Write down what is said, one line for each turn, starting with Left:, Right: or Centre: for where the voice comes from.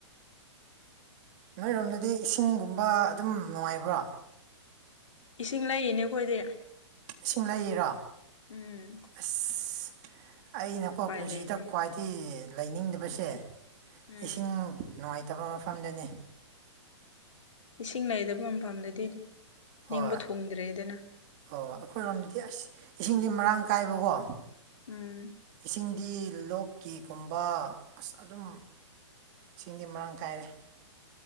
Right: ꯅꯣꯏꯔꯣꯝꯗꯗꯤ ꯏꯁꯤꯡꯒꯨꯝꯕ ꯑꯗꯨꯝ ꯅꯨꯡꯉꯥꯏꯕ꯭ꯔꯣ
Left: ꯏꯁꯤꯡ ꯂꯩꯏꯅꯦ ꯑꯩꯈꯣꯏꯗꯤ
Right: ꯏꯁꯤꯡ ꯂꯩꯔꯤꯔꯣ
Left: ꯎꯝ
Right: ꯑꯁ ꯑꯩꯅꯀꯣ
Left: ꯎꯄꯥꯏ
Right: ꯄꯨꯟꯁꯤꯗ
Left: ꯂꯩꯇꯦ
Right: ꯈ꯭ꯋꯥꯏꯗꯒꯤ ꯂꯩꯅꯤꯡꯗꯕꯁꯦ
Left: ꯎꯝ
Right: ꯏꯁꯤꯡ ꯅꯨꯡꯉꯥꯏ ꯐꯠꯇꯕ ꯃꯐꯝꯗꯨꯅꯤ
Left: ꯏꯁꯤꯡ ꯂꯩꯗꯕ ꯃꯐꯝꯗꯗꯤ
Right: ꯍꯣꯏ
Left: ꯅꯤꯡꯕ ꯊꯨꯡꯗ꯭ꯔꯦꯗꯅ
Right: ꯑꯣ ꯑꯩꯈꯣꯏꯔꯣꯝꯗꯗꯤ ꯑꯁ ꯏꯁꯤꯡꯗꯤ ꯃꯔꯥꯡ ꯀꯥꯏꯕꯀꯣ
Left: ꯎꯝ
Right: ꯏꯁꯤꯡꯗꯤ ꯂꯣꯛꯀꯤꯒꯨꯝꯕ ꯑꯁ ꯑꯗꯨꯝ ꯁꯤꯡꯗꯤ ꯃꯔꯥꯡ ꯀꯥꯏꯔꯦ